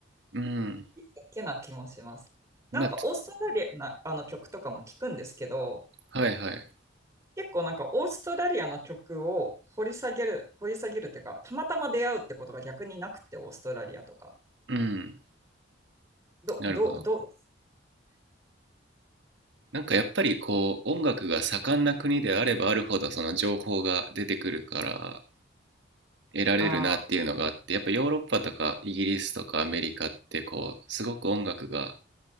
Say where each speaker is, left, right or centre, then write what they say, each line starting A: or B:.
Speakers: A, on the right; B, on the right.
A: うん。
B: だけな気もします。
A: まあ、
B: なんかオーストラリアなあの曲とかも聞くんですけど、
A: つはいはい。
B: 結構なんかオーストラリアの曲を掘り下げる、掘り下げるっていうか、たまたま出会うってことが逆になくて、オーストラリアとか。
A: うん。
B: ど、
A: なるほど。
B: ど、どうです
A: なんかやっぱりこう音楽が盛んな国であればあるほどその情報が出てくるから得られるなっていうのがあって、
B: ああー、
A: やっぱヨーロッパとかイギリスとかアメリカってこうすごく音楽が